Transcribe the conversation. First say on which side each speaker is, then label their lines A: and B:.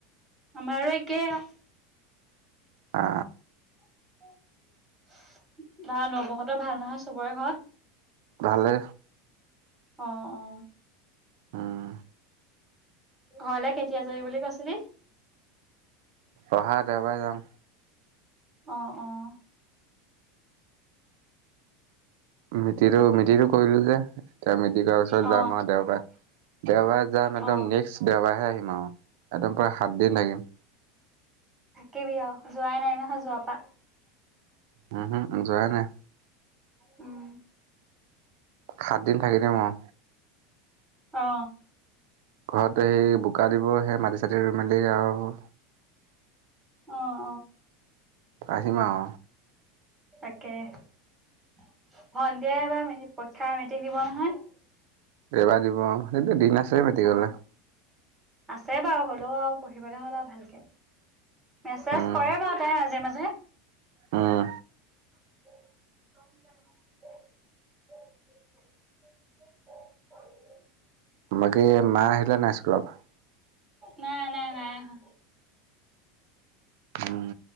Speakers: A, on the right; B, on the right.
A: আমাৰো একেই আৰু।
B: অ
A: <unintelligible> নবৌ হতৰ ভাল নহয় চবৰে ঘৰত।
B: ভালে।
A: অঁ অঁ।
B: উম
A: ঘলে কেতিয়া যাবি বুলি কৈছিলি?
B: অহা দেওবাৰে যাম।
A: অঁ অঁ।
B: মিতিটো মিতিটো কৰিলো যে। এতিয়া মেডি কৰা পাছত
A: অ
B: যাম আৰু দেওবাৰে। দেওবাৰে যাম একদম
A: অ
B: নেক্সট দেওবাৰেহে আহিম। ন একদম পোৰা সাত দিন থাকিম।
A: থাকিবি আৰু যোৱাই নাই নহয় যোৱা পা।
B: উম হুম যোৱাই নাই।
A: উম।
B: সাতদিন থাকি দিম আও।
A: অঁ।
B: ঘৰত সেই বোকা দিব সেই মাটি চাটি ৰুই মেলি আৰু-
A: অঁ।
B: আহিম আৰু।
A: তাকে সন্ধিয়াই এইবাৰ মেট্ৰিক পৰীক্ষা মেট্ৰিক দিব নহয়।
B: দেওবাৰে দিব অ সেইটো দিন আছে মেট্ৰিক
A: অ
B: দে।
A: আছে বাৰু হ'লেও আৰু পঢ়িবলৈ হ'ল আৰু ভালকে। মেছেজ
B: উম
A: কৰে বাৰু তাই মাজে মাজে।
B: উম
A: <unintelligible> <unintelligible>
B: মাকি মা আহিলে নাই স্কুলৰ পৰা?
A: নাই নাই নাই অহা।
B: উম